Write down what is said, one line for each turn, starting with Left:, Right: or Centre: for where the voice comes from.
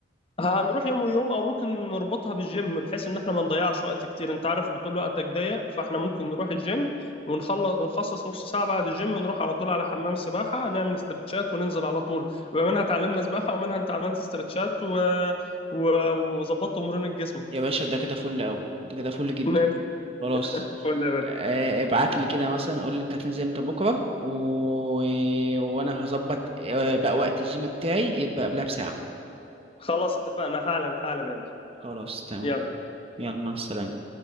Left: هنروح يوم ويوم او ممكن نربطها بالجيم بحيث ان احنا ما نضيعش وقت كتير انت عارف بتقول وقتك ضيق فاحنا ممكن نروح الجيم ونخلص ونخصص نص ساعة بعد الجيم نروح على طول على حمام السباحة نعمل استرتشات وننزل على طول يبقى منها اتعلمنا سباحة ومنها انت عملت استرتشات و... و... وظبطت مرونة جسمك
Right: يا باشا ده كده فل قوي ده كده فل جدا
Left: ماشي
Right: خلاص
Left: فل يا باشا
Right: آه، ابعت لي كده مثلا قول لي انت هتنزل امتى بكره و... وانا هظبط آه، بقى وقت الجيم بتاعي يبقى قبلها بساعه
Left: خلاص اتفقنا حالا حالا يا باشا
Right: خلاص تمام
Left: يلا
Right: يلا مع السلامه